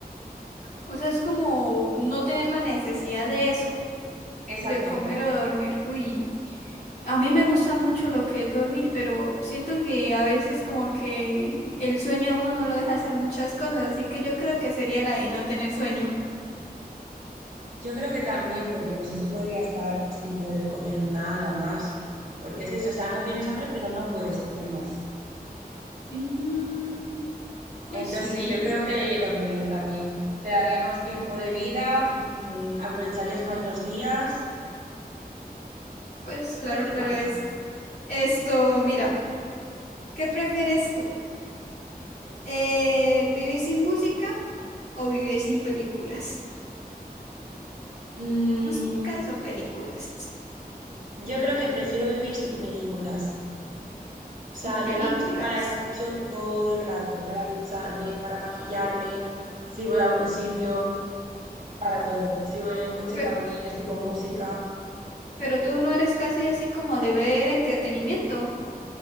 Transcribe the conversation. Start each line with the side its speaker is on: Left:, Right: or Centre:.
Left: O sea, es como no tener la necesidad de eso,
Right: Exacto.
Left: de comer o de dormir. Uy, a mí me gusta mucho lo que es dormir, pero siento que a veces como que el sueño a uno no lo deja hacer muchas cosas, así que yo creo que sería la de no tener sueño.
Right: Yo creo que también, porque no sé si podría estar sin poder comer nada más, porque es eso, o sea, no tienes hambre, pero no puedes comer más.
Left: Mm. Pues
Right: Entonces,
Left: sí,
Right: sí, yo creo que dormir también. Te daría más tiempo de vida, mm, aprovecharías más los días.
Left: pues
Right: Yo
Left: claro,
Right: creo que
Left: claro
Right: también.
Left: es. Esto, mira, ¿qué prefieres tú? Eh, ¿vivir sin música o vivir sin películas?
Right: Mm,
Left: ¿Músicas o películas?
Right: yo creo que prefiero vivir sin películas.
Left: Sin
Right: O sea,
Left: películas.
Right: yo la música la escucho todo el rato, para ducharme, para maquillarme, si voy a algún sitio, para todo. Si voy en el coche
Left: Pe-
Right: también, estoy con música.
Left: pero tú no eres casi así como de ver entretenimiento.